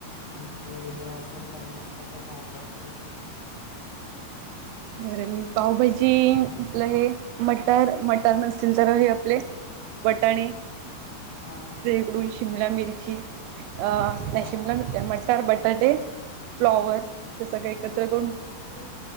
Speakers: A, on the left; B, on the right.
A: म्हणजे काही वेगळं असेल तर मग तसं ट्राय करते
B: बरं मी पावभाजी आपलं हे मटर, मट टर नसतील तर हे आपले वटाणे
A: हा
B: तिकडून शिमला मिरची नाही
A: ह
B: अ शिमला मिर्ची ना तर बटाटे फ्लॉवर हे सगळं एकत्र करून
A: हो